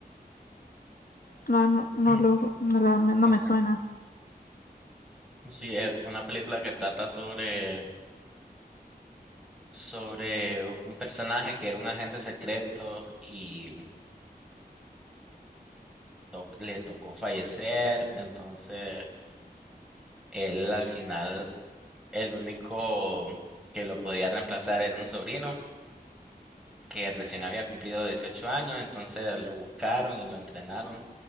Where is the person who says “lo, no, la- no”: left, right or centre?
Left